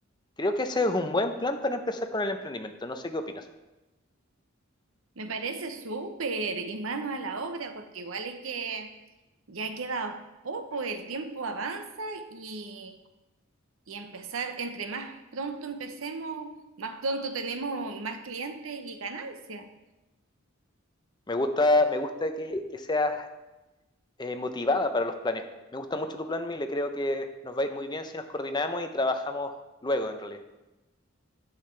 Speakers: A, on the left; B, on the right.
A: Creo que ese es un buen plan para empezar con el emprendimiento. No sé qué opinas.
B: Me parece súper y mano a la obra, porque igual es que ya queda poco, el tiempo avanza y, y empezar, entre más pronto empecemos, más pronto tenemos más clientes y ganancia.
A: Me gusta, me gusta que, que seas eh, motivada para los planes. Me gusta mucho tu plan, Mile. Creo que nos va a ir muy bien si nos coordinamos y trabajamos luego, en realidad.